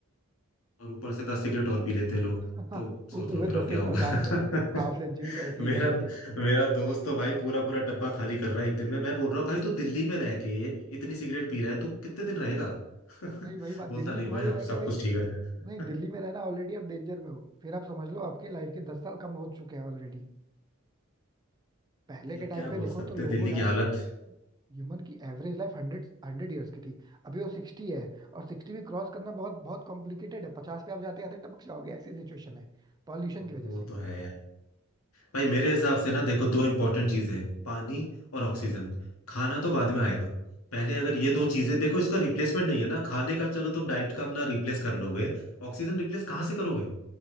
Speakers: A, on the left (about 85°); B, on the right (about 20°).
A: और ऊपर से दस सिगरेट और पी लेते हैं लोग
B: <laughs>
A: तो
B: ऊपर
A: सोच लो
B: से
A: फिर अब
B: दस से
A: क्या होगा
B: पचास
A: <laughs>
B: कर हाफ सेंचुरी तो ऐसे
A: मेरा
B: ही कर दे रहे हैं
A: मेरा दोस्त तो भाई पूरा पूरा डब्बा खाली कर रहा है एक दिन में मैं बोल रहा हूँ भाई तू दिल्ली में रह के इतनी सिगरेट पी रहा है तू कितने दिन रहेगा <laughs>
B: भाई वही बात
A: बोलता
B: दिल्ली
A: नहीं
B: में
A: भाई
B: भाई
A: अब
B: रह के
A: सब
B: भाई
A: कुछ ठीक है
B: नहीं दिल्ली
A: <laughs>
B: में रहना ऑलरेडी आप डेंजर में हो फिर आप समझ लो आपके लाइफ के दस साल कम हो चुके हैं ऑलरेडी पहले
A: ये
B: के
A: अब
B: टाइम
A: क्या
B: पे
A: बोल
B: देखो
A: सकते
B: तो लोगों
A: हैं, दिल्ली
B: यार
A: की हालत
B: ह्यूमन की average life hundred hundred years की थी अभी वो सिक्सटी है और सिक्सटी भी क्रॉस करना बहुत बहुत कॉम्प्लिकेटेड है पचास पे आप जाते जाते टपक जाओगे ऐसी सिचुएशन है पॉल्यूशन की वजह
A: वो
B: से
A: तो है भाई मेरे हिसाब से ना देखो दो इंपॉर्टेंट चीजें हैं पानी और ऑक्सीजन खाना तो बाद में आएगा पहले अगर ये
B: सही बात
A: दो चीजें
B: है भाई
A: देखो इसका रिप्लेसमेंट नहीं है ना खाने का चलो तुम डाइट का अपना रिप्लेस कर लोगे ऑक्सीजन रिप्लेस कहाँ से करोगे